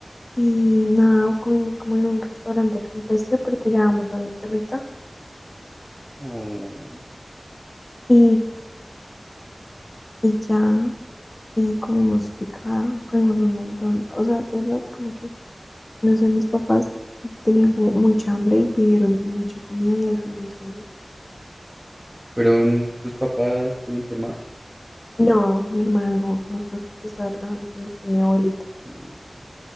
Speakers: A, on the left; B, in the centre.
A: y nada, comimos como en un restaurante campestre porque llevamos a mi perrita.
B: ¿O
A: Y, y ya. y comimos picado, comimos un montón. O sea, de verdad, como que, no sé, mis papás tenían como mucha hambre y pidieron mucha comida y al final solo.
B: fueron tus papás, tú y tu hermana?
A: No, mi hermana no, no fue porque estaba trabajando fuimos con mi abuelita.
B: Mm.